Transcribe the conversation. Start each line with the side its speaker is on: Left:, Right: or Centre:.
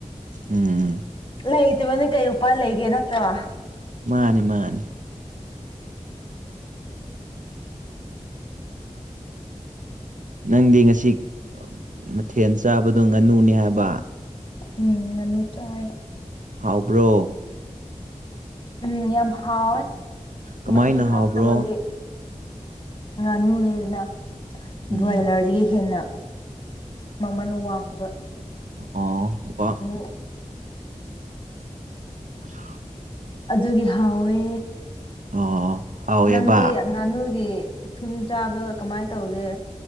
Right: ꯎꯝ
Left: ꯂꯩꯇꯕꯅꯤ ꯀꯩ ꯎꯄꯥꯏ ꯂꯩꯒꯦ ꯅꯠꯇ꯭ꯔꯣ
Right: ꯃꯥꯅꯤ ꯃꯥꯅꯤ ꯅꯪꯗꯤ ꯉꯁꯤ ꯃꯊꯦꯜ ꯆꯥꯕꯗꯣ ꯉꯥꯅꯨꯅꯦ ꯍꯥꯏꯕ
Left: ꯎꯝ ꯉꯅꯨ ꯆꯥꯏ
Right: ꯍꯥꯎꯕ꯭ꯔꯣ
Left: ꯎꯝ ꯌꯥꯝ ꯍꯥꯎꯋꯦ
Right: ꯀꯃꯥꯏꯅ
Left: ꯃꯍꯤ ꯍꯥꯞꯇꯕꯒꯤ
Right: ꯍꯥꯎꯕ꯭ꯔꯣ
Left: ꯉꯥꯅꯨꯅꯦ ꯑꯗꯨꯅ
Right: ꯎꯝ
Left: ꯕꯣꯏꯂꯔꯗꯒꯤ ꯍꯦꯟꯅ ꯃꯃꯜ ꯋꯥꯡꯕ
Right: ꯑꯣ
Left: <unintelligible>
Right: ꯋꯥ <unintelligible>
Left: ꯑꯗꯨꯒꯤ ꯍꯥꯎꯋꯦ
Right: ꯑꯣ ꯍꯥꯎꯋꯦꯕ
Left: ꯅꯪꯗꯤ ꯉꯥꯅꯨꯒꯤ ꯊꯨꯟ ꯆꯥꯕꯗꯣ ꯀꯃꯥꯏꯅ ꯇꯧꯒꯦ